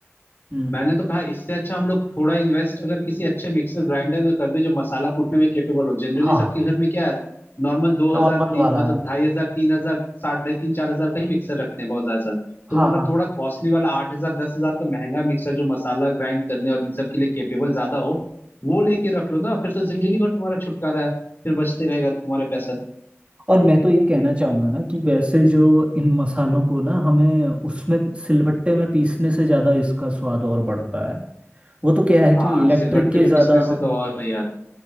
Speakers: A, on the right; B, on the left.
A: हम्म
B: मैंने तो कहा इससे अच्छा हम लोग थोड़ा इन्वेस्ट अगर किसी अच्छे मिक्सर ग्राइंडर में कर दे जो मसाला कूटने में केपेबल हो जनरली
A: हाँ
B: सबके घर में क्या है नॉर्मल दो
A: नॉर्मल
B: हजार तीन
A: वाला
B: मतलब
A: है
B: ढाई हजार तीन हजार साढ़े तीन चार हजार का ही मिक्सर रखते हैं बहुत ज्यादा सर तुम
A: हाँ
B: अगर
A: हाँ
B: थोड़ा कॉस्टली वाला आठ हजार दस हजार का महंगा मिक्सर जो मसाला ग्राइंड करने और इन सब के लिए केपेबल ज्यादा हो वो लेके रख लो ना फिर तो जिंदगी भर तुम्हारा छुटकारा है फिर बचते रहेगा तुम्हारे पैसा
A: और मैं तो ये कहना चाहूंगा ना कि वैसे जो इन मसालों
B: हम्म
A: को ना हमें उसमें सिलबट्टे में पीसने से ज्यादा इसका स्वाद और बढ़ता है वो तो क्या है कि
B: हाँ
A: इलेक्ट्रिक
B: सिलबट्टे
A: के
B: पे
A: ज्यादा
B: पीसने से
A: हम
B: तो और यार